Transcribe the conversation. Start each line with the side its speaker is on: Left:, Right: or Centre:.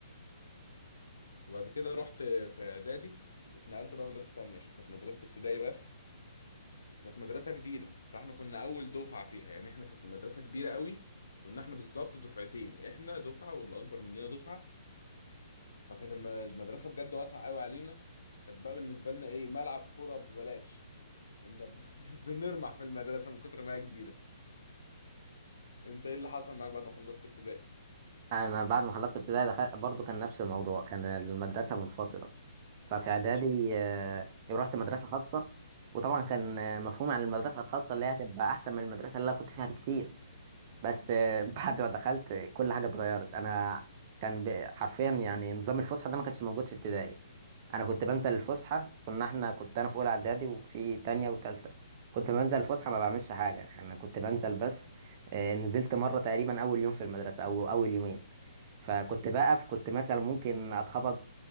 Left: وبعد كده رحت في اعدادي اتنقلت بقى مدرسه تانية عشان كانت مدرسه ابتدائي بس فكانت مدرسة جديدة فاحنا كنا أول دفعة فيها يعني احنا كانت مدرسة كبيرة قوي كنا احنا بالظبط دفعتين احنا دفعة واللي أكبر مننا دفعة فكانت الم- المدرسة بجد واسعة قوي علينا كانت بقى بالنسبة لنا إيه ملعب كورة ببلاش كنا بن... <laughs> بنرمح في المدرسة من كتر ما هي كبيرة أنت إيه اللي حصل معاك بعد ما خلصت ابتدائي؟
Right: انا بعد ما خلصت ابتدائي دخلت برضو كان نفس الموضوع كان المدرسه منفصله ففي اعدادي آه، رحت مدرسه خاصه وطبعا كان آه، مفهومي عن المدرسه الخاصه اللي هي هتبقى احسن من المدرسه اللي انا كنت فيها بكتير بس <laughs> آه، بعد ما دخلت آه، كل حاجه اتغيرت انا كان ب- حرفيا يعني نظام الفسحه ده ما كانش موجود في ابتدائي انا كنت بنزل الفسحه كنا احنا كنت انا في اولى اعدادي وفي تانية وتالتة كنت بنزل الفسحه ما بعملش حاجه انا كنت بنزل بس آه، نزلت مره تقريبا اول يوم في المدرسه او اول يومين فكنت بقف كنت مثلا ممكن اتخبط